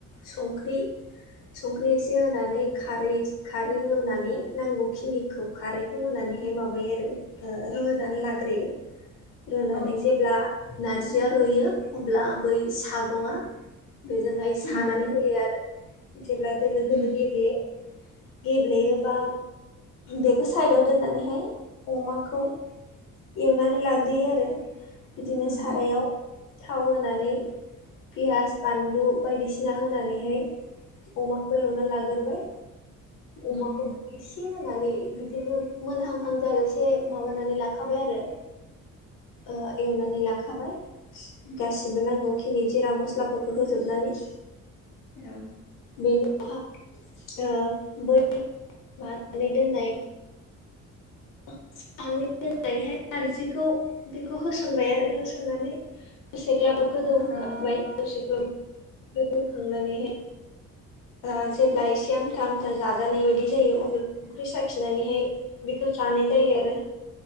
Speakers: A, on the left; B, on the left.
A: संख्रि संख्रि एसे होनानै खारै एसे खारै होनानै नांगौखिनिखौ खारैखौ होनानैहाय माबायो आरो ओ रुनानै लाग्रोयो रुनानै
B: औ
A: जेब्ला नारजिया रुइयो अब्ला बै सागंआ बेजोंहाय सानानै
B: उम
A: होयो आरो जेब्ला दोलो दोलो
B: उम
A: गेब्लेयो गेब्लेयोबा बेखौ साइदाव दोननानैहाय अमाखौ एवनानै लाग्रोयो आरो बिदिनो
B: उम
A: सारायाव थाव होनानै पियास बानलु बायदिसिना होनानैहाय अमाखौ एवना लागोरबाय
B: <inaudible>
A: अमाखौ एसे होनानै बिदिनो मोनहांहां जाजासे माबानानै लाखाबाय आरो
B: <inaudible>
A: ओ एवनानै लाखाबाय गासिबो नांगौखिनि जिरा मस्लाफोरखौ होजोबनानै
B: औ
A: बेनि उनावहा बै ओ <unintelligible> दोननाय <unintelligible> दोननायहाय नारजिखौ बेखौ होसनबाय आरो होसननानै दसे ग्लाब ग्लाब गोदौहोखांबाय
B: औ
A: दसे ग्लाब गोदौखांनानैहाय आ जेब्ला एसे आमथा आमथा जाजानाय बायदि
B: औ
A: जायो अब्ला संख्रि साखिनानैहाय बेखौ जानाय जायो आरो